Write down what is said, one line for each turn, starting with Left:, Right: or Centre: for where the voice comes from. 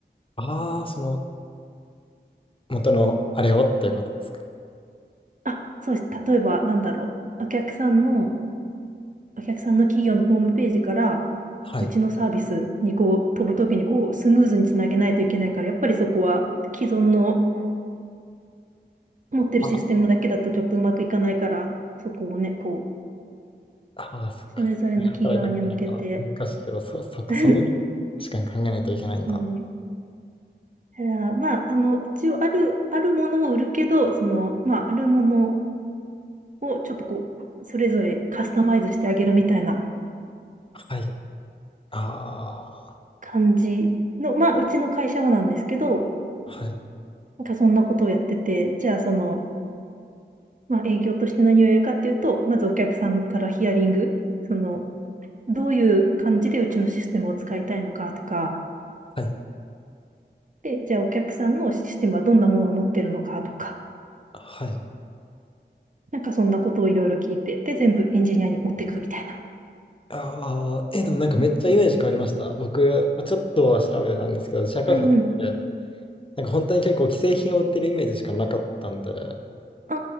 Left: ああ、その、元のあれをっていうことですか。
Right: あ、そうです。例えば、なんだろう。お客さんの、お客さんの企業のホームページから、
Left: はい。
Right: うちのサービスにこう飛ぶときにこうスムーズにつなげないといけないから、やっぱりそこは既存の持ってるシステムだけだとちょっとうまくいかないから、
Left: あ
Right: そこをね、こ
Left: あー、そっか。
Right: う、それぞれの企業に向けて
Left: 働いたことないから、難しいけど、そう、そっか、
Right: <laughs> だ
Left: そう確かに考えないといけないんだ。
Right: ねいやまあ、あの、一応ある、あるものを売るけど、その、まあ、あるものをちょっとこう、それぞれカスタマイズしてあげるみたいな
Left: はい。あ
Right: 感じの、まあ、うちの会社はなんですけど、
Left: あ、はい。
Right: なんかそんなことをやってて、じゃあその、まあ、営業として何をやるかっていうと、まずお客さんからヒアリング、その、どういう感じでうちのシステムを使いたいのかとか、
Left: はい。
Right: で、じゃあお客さんのシステムはどんなものを持ってるのかとか、
Left: はい。
Right: なんかそんなことをいろいろ聞いて、で、全部エンジニアに持っていくみたいな。
Left: ああ、え、でもなんかめっちゃイメージ変わりました。
Right: うん
Left: 僕、ちょっとは調べてたんですけど、自社開発って、
Right: はいうん。
Left: なんか本当に結構既製品を売ってるイメージしかなかったんで、
Right: あ